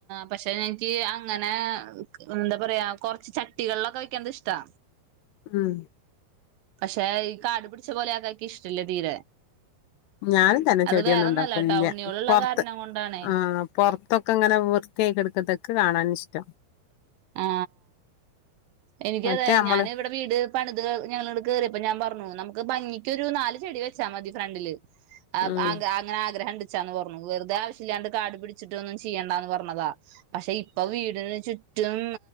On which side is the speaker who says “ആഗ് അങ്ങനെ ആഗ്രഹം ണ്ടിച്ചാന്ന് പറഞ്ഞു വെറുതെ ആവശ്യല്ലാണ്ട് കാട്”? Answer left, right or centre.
Right